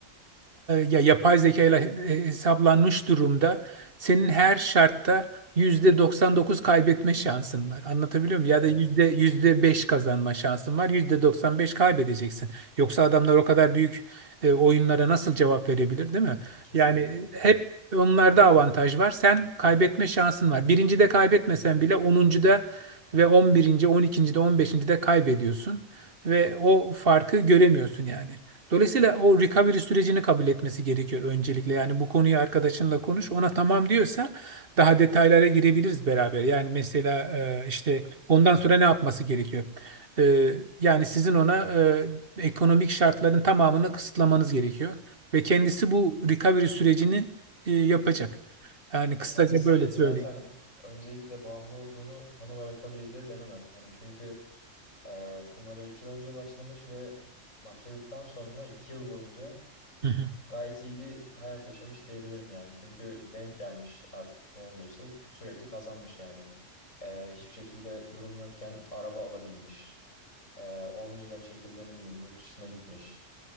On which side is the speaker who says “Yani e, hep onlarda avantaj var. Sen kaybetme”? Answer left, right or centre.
Right